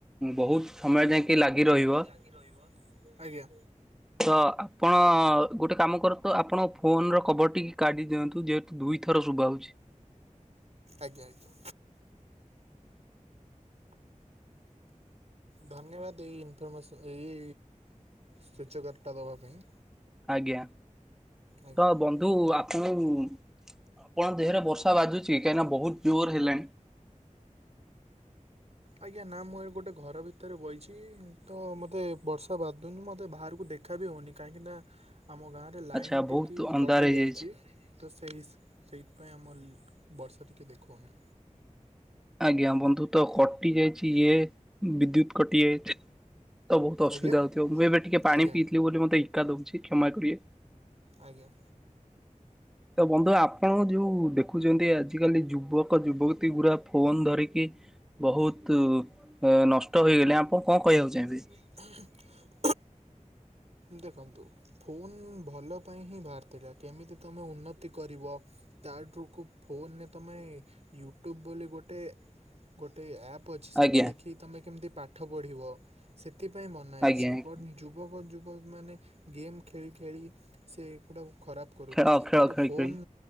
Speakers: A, in the centre; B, on the right.
A: ବହୁତ ସମୟ ଯାଙ୍କେ ଲାଗି ରହିବ।
B: ରହିବ ଆଜ୍ଞା।
A: ତ ଆପ ଆପଣ ଗୋଟେ କାମ କରନ୍ତୁ ଆପଣଙ୍କ ଫୋନ ର କଭର ଟିକି କାଢି ଦିଅନ୍ତୁ ଯେହେତୁ ଦୁଇଥର ଶୁଭା ହଉଛି।
B: ଆଜ୍ଞା ଆଜ୍ଞା। ଧନ୍ୟବାଦ ଏଇ ଇନଫର୍ମେସନ୍ ଏଇ ସ୍ୱଚକାରତା ଦବା ପାଇଁ।
A: ଆଜ୍ଞା
B: ଆଜ୍ଞା।
A: ତ ବନ୍ଧୁ ଆପଣ। ଆପଣଙ୍କ ଦେହରେ ବର୍ଷା ବାଜୁଛି କାହିଁକିନା ବହୁତ ଜୋରେ ହେଲାଣି।
B: ଆଜ୍ଞା ନା ମୁଁ ଏ ଗୋଟେ ଘର ଭିତରେ ବଇଛି ତ ମତେ ବର୍ଷା ବାଦୁନି ମତେ ବାହାରକୁ ଦେଖ ଖା ବି ହଉନି କାହିଁକି ନା ଆମ ଗାଁରେ ଲାଇନ
A: ଆଚ୍ଛା
B: ଟିକି
A: ବହୁତ ଅନ୍ଧାର
B: କଟି
A: ହେଇଯାଇଛି।
B: ଯାଇଛି। ତ ସେଇତ ସେଇଥିପାଇଁ ଆମର ବର୍ଷା ଟିକେ ଦେଖଉନି।
A: ଆଜ୍ଞା ବନ୍ଧୁ ତ କଟି ଯାଇଛି ଇଏ ବିଦ୍ୟୁତ କଟି ଯାଇଛି। ତ ବହୁତୁ ଅସୁବିଧା
B: ଆଜ୍ଞା
A: ହଉଥିବ ମୁଁ ଏବେ ଟିକେ ପାଣି
B: ଆଜ୍ଞା
A: ପିଇଥିଲି ବୋଲି ମତେ ହିକା ଦଉଛି କ୍ଷମା କରିବେ।
B: ଆଜ୍ଞା।
A: ତ ବନ୍ଧୁ ଆପଣ ଯେଉ ଦେଖୁ ଯେମିତି ଆଜିକାଲି ଯୁବକ ଯୁବତୀ ଗୁଡା ଫୋନ ଧରିକି ବହୁତ ତୁ ଅ ନଷ୍ଟ ହେଇଗଲେ ଆପଣ କଣ କହିବାକୁ ଚାହିଁବେ?
B: <unintelligible> ଦେଖନ୍ତୁ ଫୋନ୍ ଭଲ ପାଇଁ ହିଁ ବାହାରିଥିଲା କେମିତି ତମେ ଉନ୍ନତି କରିବ ତାଠୁକୁୁ ଫୋନରେ ତମେ ୟୁଟ୍ୟୁବ୍ ବୋଲି ଗୋଟେ ଗୋଟେ ଆପ୍ ଅଛି ସେଇଟା
A: ଆଜ୍ଞା
B: ଦେଖିକି ତମେ କେମିତି ପା ଠ ପଢ଼ିବ ସେଥିପାଇଁ ବନା ହେଇଛି
A: ଆଜ୍ଞା ଆଜ୍ଞା
B: ବଟ ଯୁବକ ଯୁ <unintelligible> ମାନେ ଗେମ୍ ଖେଳି ଖେଳି ସେଗୁଡା ଖରାପ କରୁଚନ୍ତି
A: ଖେଳ ଖେଳ
B: କିନ୍ତୁ
A: ଖେଳି
B: ଫୋନ୍
A: ଖେଳି